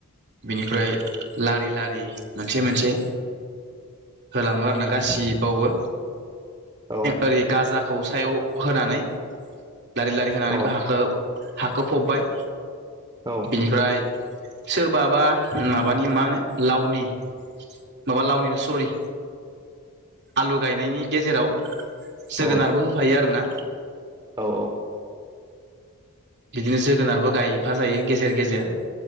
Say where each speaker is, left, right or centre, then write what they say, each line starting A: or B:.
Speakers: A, on the right; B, on the right.
A: बिनिफ्राय लारि लारि मोनसे मोनसे होलाङो आरो ना गासिबावबो
B: औ
A: ओरै गाजाखौ सायाव होनानै लारि लारि होनानै
B: औ
A: बे हाखौ हाखौ फबबाय
B: औ
A: बिनिफ्राय सोरबाबा मा बानि मा होनो लाउनि माबा लाउनिनो सरि आलु गायनायनि गेजेराव जोगोनारबो
B: औ
A: होफायो आरोना।
B: औ
A: बिदिनो जोगोनारबो गायफा जायो गेजेर गेजेर।